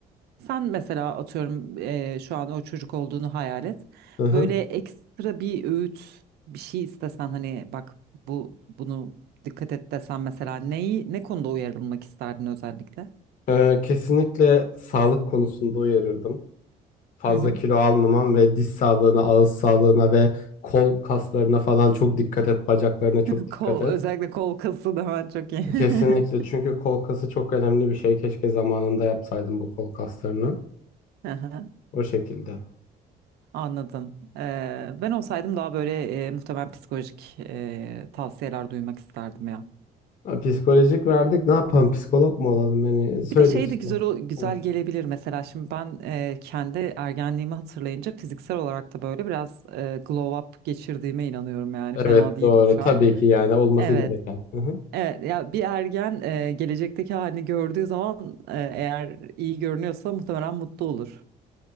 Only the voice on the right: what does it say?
Sen mesela atıyorum eee, şu an o çocuk olduğunu hayal et.
Böyle ekstra bir öğüt bir şey istesen hani bak bu bunu dikkat et desen mesela neyi ne konuda uyarılmak isterdin özellikle?
Hı hı.
<laughs>
Kol
özellikle kol kası da ben çok iyi. <laughs>
Hı hı,
Anladım. Eee, ben olsaydım daha böyle eee, muhtemelen psikolojik eee, tavsiyeler duymak isterdim ya.
Bir de şey
de güzel o- güzel
gelebilir mesela şimdi ben e, kendi ergenliğimi hatırlayınca fiziksel olarak da böyle biraz e, glow up geçirdiğime inanıyorum yani
fena değilim
şu
an.
Evet.
Evet ya bir ergen e, gelecekteki halini gördüğü zaman e, eğer iyi görünüyorsa muhtemelen mutlu olur.